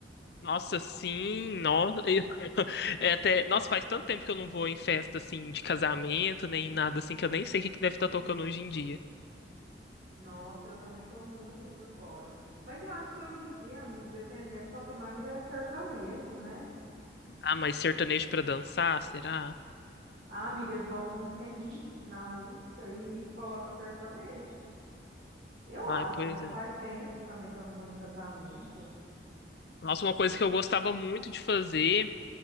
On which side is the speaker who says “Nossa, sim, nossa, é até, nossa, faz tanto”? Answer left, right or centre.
Left